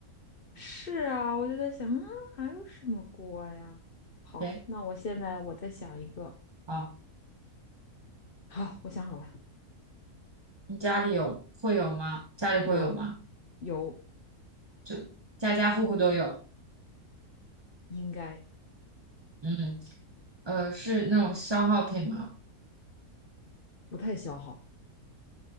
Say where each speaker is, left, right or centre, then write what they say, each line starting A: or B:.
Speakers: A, on the left; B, on the right.
A: 是啊！我就在想，嗯，还有什么锅呀？好，
B: 对，
A: 那我现在我再想一个。
B: 好，
A: 好，我想好了，
B: 你家里有会有吗？家里会有吗？
A: 有有，
B: 就家家户户都有，
A: 应该
B: 嗯。呃，是那种消耗品吗？
A: 不太消耗。